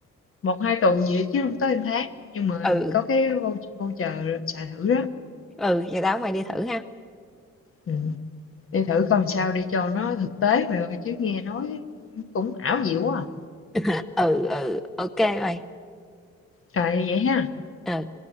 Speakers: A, on the left; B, in the centre.
A: một hai tuần gì đó chứ không tới một tháng nhưng mà
B: Ừ,
A: có cái vou- voucher xài thử đó
B: ừ, vậy tao mày đi thử ha.
A: ừ. đi thử coi sao để cho nó thực tế mày ơi chứ nghe nói cũng ảo diệu quá à.
B: <laughs> Ừ, ừ, ok mày.
A: trời vậy ha
B: Ừ.